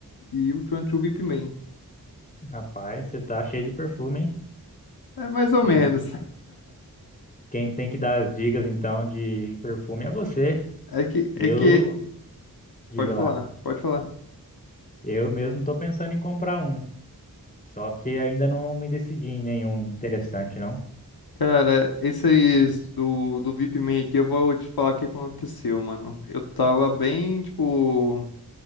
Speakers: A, on the left; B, on the left.
A: e o 22 VIP Man.
B: Rapaz, você tá cheio de perfume, hein?
A: É mais ou
B: Quem,
A: menos.
B: quem tem que dar as dicas, então, de perfume é você.
A: É que,
B: Eu,
A: é que.
B: diga
A: Pode
B: lá.
A: falar, pode falar.
B: Eu mesmo tô pensando em comprar um, só que ainda não me decidi em nenhum interessante, não.
A: Cara, esses do, do BIP Man aqui, eu vou te falar o que aconteceu, mano. Eu tava bem, tipo.